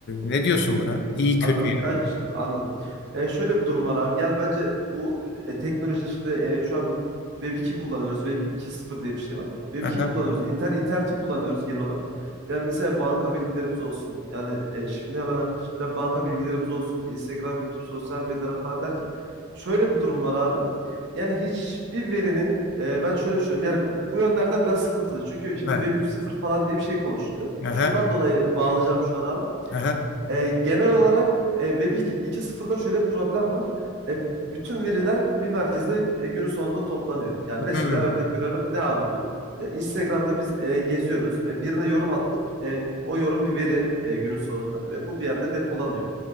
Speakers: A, on the left (about 50°); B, on the right (about 55°).
A: ne diyorsun buna? İyi kötü
B: Anladım.
A: yani.
B: Ya, ş- anladım. E, şöyle bir durum var abi. Yani bence bu e, teknoloji şimdi e, şu an Web 2 kullanıyoruz. Web 2.0 diye bir şey var. Web
A: Aha,
B: 2 kullanıyoruz. İnter, interneti kullanıyoruz genel olarak. Yani mesela banka bilgilerimiz olsun. Yani e, şimdi hemen aklıma açıkçası banka bilgilerimiz olsun. Instagram, YouTube, sosyal medyalara falan derken. Şöyle bir durum var abi. Yani hiçbir verinin e, ben şöyle düşünüyorum. Yani bu yönlerden biraz sıkıntılı. Çünkü şimdi
A: aha,
B: Web 3.0 falan diye bir şey konuşuluyor.
A: aha,
B: Şundan dolayı bağlayacağım şu an abi.
A: aha.
B: E, genel olarak e, Web 2.0'da şöyle bir problem var. E, bütün veriler bir merkeze e, günün sonunda toplanıyor. Yani
A: Hmm.
B: mesela örnek veriyorum ne abi bu? E, Instagram'da biz e, geziyoruz. E, birine yorum attık. E, o yorum bir veri e, günün sonunda ve bu bir yerde depolanıyor.